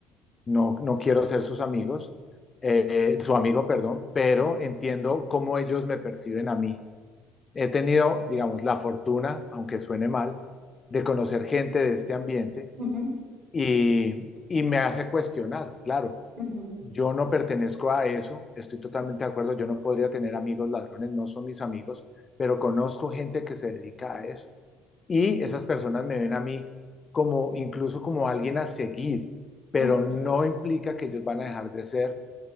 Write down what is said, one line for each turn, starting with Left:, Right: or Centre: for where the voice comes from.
Left: no, no quiero ser sus amigos, eh, su amigo, perdón, pero entiendo cómo ellos me perciben a mí. He tenido, digamos, la fortuna, aunque suene mal, de conocer gente de este ambiente
Right: Ujú,
Left: y, y me hace cuestionar, claro,
Right: ujú,
Left: yo no pertenezco a eso, estoy totalmente de acuerdo, yo no podría tener amigos ladrones, no son mis amigos, pero conozco gente que se dedica a eso y esas personas me ven a mí como incluso como alguien a seguir, pero
Right: ujú,
Left: no implica que ellos van a dejar de ser